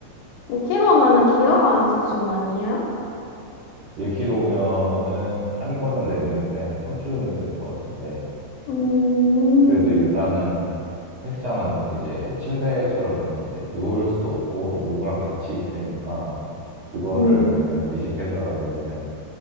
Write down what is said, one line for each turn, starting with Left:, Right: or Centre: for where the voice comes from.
Left: 5 k 로면은 기어가는 수준 아니야?
Right: 1km면은 한 걸음 내딛는데 한 3초 정도 걸릴 것 같은데.
Left: 음,
Right: 그래도 일단은 헬스장은 이제 침대처럼 이제 누울 수도 없고 누구랑 같이 있으니까 그거를
Left: 음,
Right: 그냥 의식해서라도 그냥